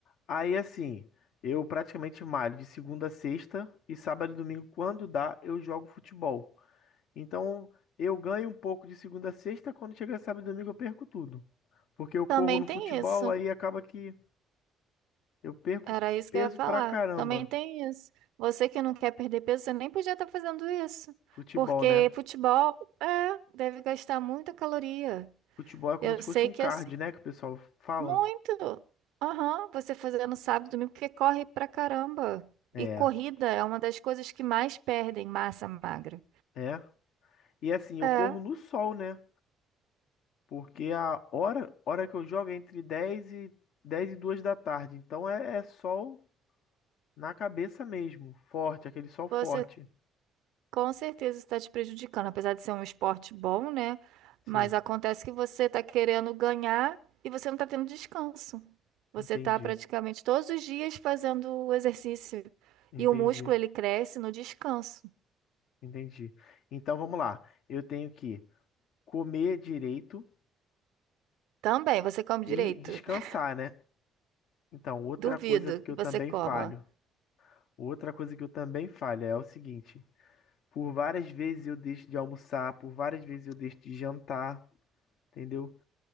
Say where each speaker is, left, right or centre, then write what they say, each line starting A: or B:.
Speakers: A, on the left; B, on the right.
A: Aí assim, eu praticamente malho de segunda a sexta e sábado e domingo, quando dá, eu jogo futebol. Então eu ganho um pouco de segunda a sexta, quando chega sábado e domingo eu perco tudo. Porque eu corro
B: Também
A: no
B: tem
A: futebol,
B: isso.
A: aí acaba que eu perco
B: Era isso
A: peso
B: que eu ia falar.
A: pra caramba.
B: Também tem isso. Você que não quer perder peso, você nem podia estar fazendo isso.
A: Futebol,
B: Porque
A: né?
B: futebol, é, deve gastar muita caloria.
A: Futebol é como
B: Eu
A: se fosse
B: sei
A: um
B: que
A: card,
B: assim,
A: né? Que o pessoal fala.
B: muito. Aham, você fazendo sábado, domingo, porque corre pra caramba.
A: É,
B: E corrida é uma das coisas que mais perdem massa magra.
A: é. E assim, eu
B: É.
A: corro no sol, né? Porque a hora, hora que eu jogo é entre dez e 10 e 2 da tarde. Então é, é sol Na cabeça mesmo, forte, aquele sol forte.
B: Você Com certeza está te prejudicando, apesar de ser um esporte bom, né?
A: Sim,
B: Mas acontece que você está querendo ganhar e você não está tendo descanso. Você
A: entendi,
B: está praticamente todos os dias fazendo o exercício
A: entendi,
B: e o músculo ele cresce no descanso.
A: entendi. Então vamos lá. Eu tenho que comer direito
B: Também, você come
A: e
B: direito?
A: descansar,
B: <laughs>
A: né? Então, outra
B: Duvido
A: coisa que
B: que
A: eu
B: você
A: também
B: coma.
A: falho. Outra coisa que eu também falho é o seguinte: por várias vezes eu deixo de almoçar, por várias vezes eu deixo de jantar, entendeu?